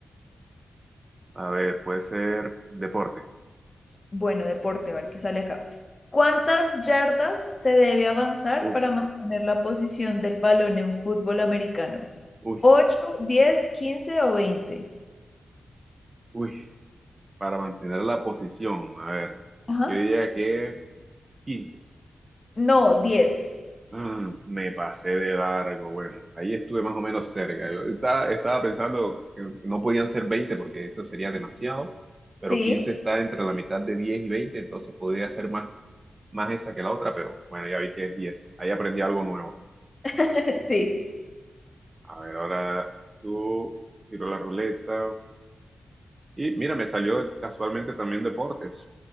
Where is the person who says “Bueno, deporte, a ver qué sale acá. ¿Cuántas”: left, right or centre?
Left